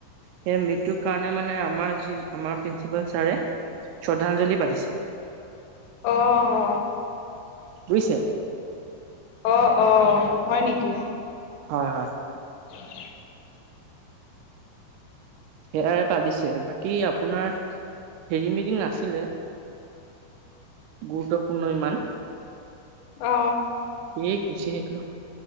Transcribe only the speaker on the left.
অ অ।
অ অ হয় নেকি?
<inaudible>
অ।